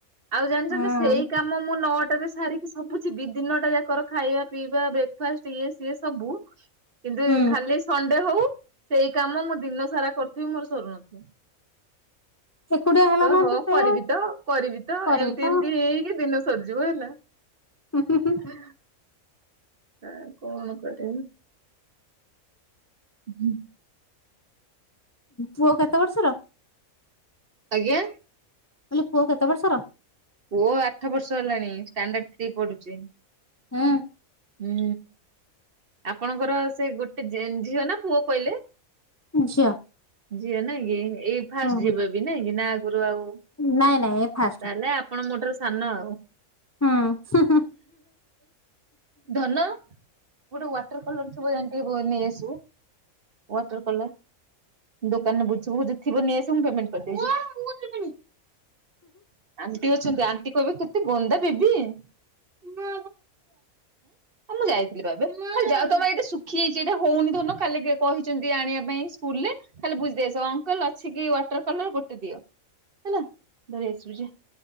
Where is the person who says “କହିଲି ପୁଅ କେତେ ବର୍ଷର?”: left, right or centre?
Left